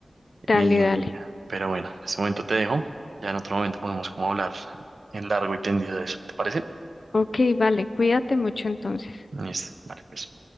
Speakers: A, on the left; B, on the right.
A: dale,
B: Y-
A: dale.
B: pero bueno, en este momento te dejo, ya en otro momento podemos como hablar en largo y tendido de eso, ¿te parece?
A: Ok, vale, cuídate mucho entonces.
B: Listo, vale, pues.